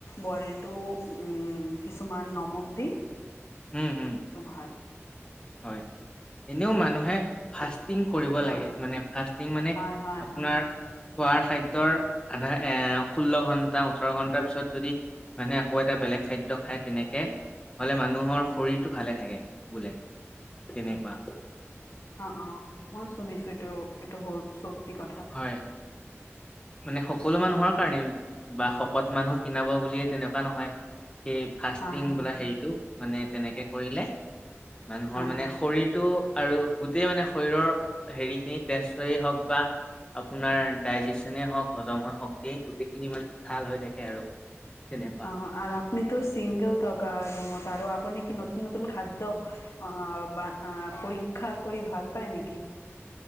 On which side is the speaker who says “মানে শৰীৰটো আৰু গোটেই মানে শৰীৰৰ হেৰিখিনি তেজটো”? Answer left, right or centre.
Left